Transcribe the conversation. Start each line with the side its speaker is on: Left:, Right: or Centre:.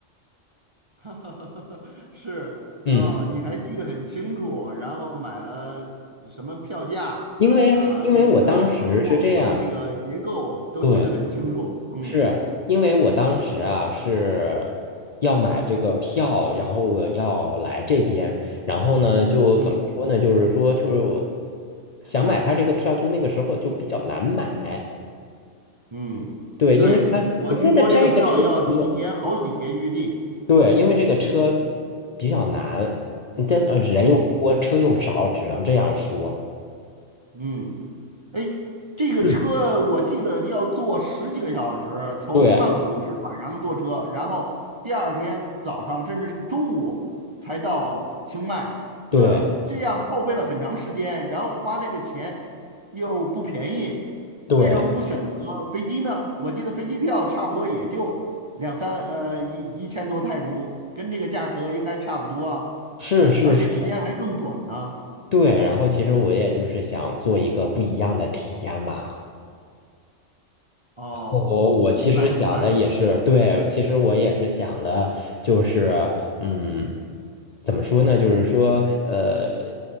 Right: <laughs> 是哦，
Left: 嗯，
Right: 你还记得很清楚，然后买了什么票价啊，
Left: 因为因为我当时是这样，
Right: 这个卧铺的这个结构都记得很清楚。
Left: 对。
Right: 嗯
Left: 是因为我当时啊是要买这个票，然后我要来这边，然后呢就怎么说呢？
Right: 嗯
Left: 就是说就想买他这个票，就那个时候就比较难买。
Right: 嗯，
Left: 对，
Right: 对，
Left: 因为他因为他这个车多，
Right: 我听说这个票要提前好几天预定。
Left: 对，因为这个车比较难，真呃人又多，
Right: 嗯
Left: 车又少，只能这样说。
Right: 嗯。哎，这个车我记得要坐十几个小时，
Left: 嗯，
Right: 从曼谷是晚上坐车，
Left: 对
Right: 然后第二天早上甚至中午才到清迈，那这样耗费了很长时间，
Left: 对
Right: 然后花这个钱又不便宜，
Left: 对，
Right: 为什么不选择飞机呢？我记得飞机票差不多也就两三呃一一千多泰铢，跟这个价格应该差不多啊，
Left: 是是是，
Right: 而且时间还更短呢。
Left: 对。然后其实我也就是想做一个不一样的体验吧。
Right: 哦，
Left: 我我其实想的也是，
Right: 明白明白。
Left: 对，其实我也是想的，就是，嗯，怎么说呢？就是说，呃，